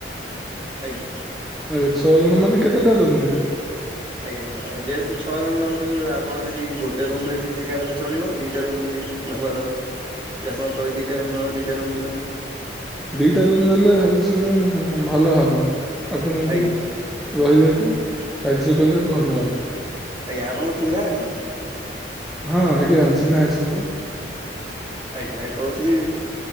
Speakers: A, on the right (about 25°); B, in the centre.
A: ଆଜ୍ଞା।
B: ଆ ଛଅ ଜଣ ମାନେ କେତେଟା ରୁମ୍ ନେବେ?
A: ଆଜ୍ଞା କୁହ ଯେହେତୁ ଛଅ ଜଣ ନେଉଛୁ ଆପଣ ଯଦି ଗୋଟେ ରୁମ ରେ ବି ଜାଗା ହେଲେ ଚଳିବ ଦିଟା ରୁମ ବି ନେବାର ଯେ ଆପଣ କିବେ ଦିଟା ରୁମ୍ ନେବ ଦିଟା ରୁମ୍ ବି ନବୁ।
B: ଦିଟା ରୁମ୍ ନେଲେ ଭାବୁଛି ମୁଁ ଭଲ ହବ ଆପଣଙ୍କୁ।
A: ଆଜ୍ଞା
B: ରହିବାକୁ କାର୍ଯ୍ୟ କରିବାକୁ ହବ।
A: ଆଜ୍ଞା ଆପଣଙ୍କ ଚିହ୍ନା ଅଛି।
B: ହଁ ଆଜ୍ଞା ଚିହ୍ନା ଅଛି ମୋର। ହ
A: ଆଜ୍ଞା କହୁଥିଲି